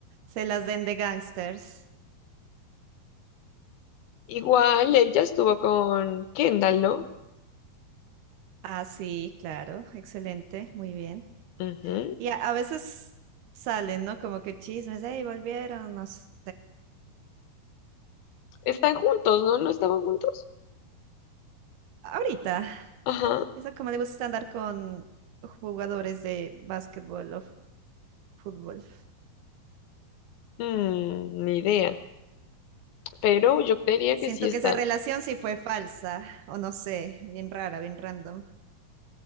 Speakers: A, on the right (about 85°); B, on the left (about 75°).
A: se las den de gangsters.
B: Igual, él ya estuvo con Kendall, ¿no?
A: Ah, sí, claro, excelente, muy bien.
B: Ujú.
A: Y a, a veces salen, ¿no? Como que chismes, hey, volvieron, no sé.
B: Están juntos, ¿no? ¿No estaban juntos?
A: Ahorita,
B: Ajá.
A: esa como le gusta andar con jugadores de básquetbol o fútbol.
B: Mm, ni idea. Pero yo creería
A: Siento
B: que sí están.
A: que esa relación sí fue falsa, o no sé, bien rara, bien random.